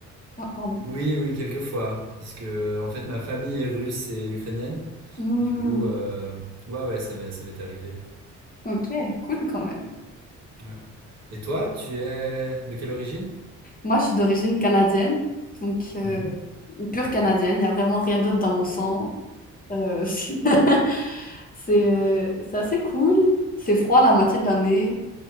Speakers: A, on the left (about 30°); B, on the right (about 60°).
A: Ah, pardon.
B: oui, oui, quelquefois. Parce que, en fait, ma famille est russe et ukrainienne.
A: Hmm.
B: Du coup, euh, ouais, ouais, ça m'est, ça m'est arrivé.
A: Ok, cool quand même.
B: Ouais. Et toi, tu es de quelle origine
A: Moi, je suis d'origine canadienne, donc euh,
B: Mhm.
A: pure canadienne. Il n'y a vraiment rien d'autre dans mon sang. Euh, <laughs> c'est euh, c'est assez cool. C'est froid la moitié de l'année,